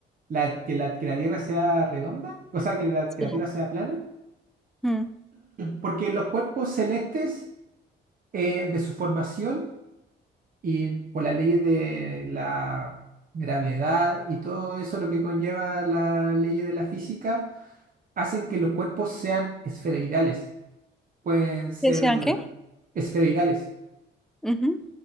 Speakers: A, on the right (about 45°); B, in the centre.
A: la, que la, que la Tierra sea redonda, o sea, que la, que
B: Sí.
A: la Tierra sea plana,
B: Mm.
A: porque los cuerpos celestes eh, de su formación y por las leyes de la gravedad y todo eso lo que conlleva la ley de la física, hacen que los cuerpos sean esferoidales, pueden ser
B: ¿Que sean qué?
A: esferoidales.
B: Ujú,